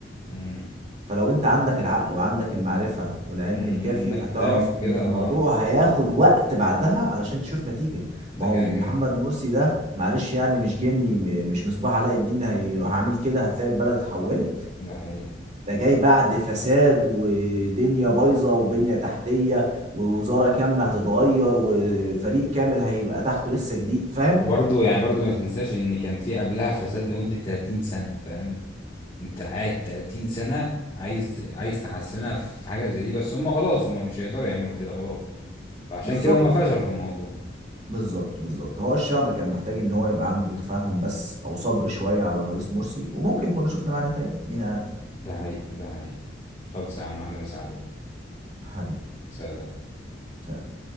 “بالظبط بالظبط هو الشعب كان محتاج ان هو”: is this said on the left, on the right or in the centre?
Right